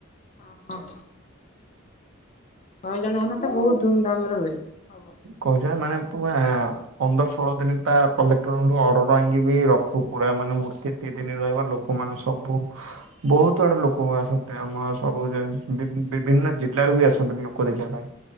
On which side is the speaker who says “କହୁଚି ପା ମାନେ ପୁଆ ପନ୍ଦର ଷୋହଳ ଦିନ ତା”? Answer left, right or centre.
Right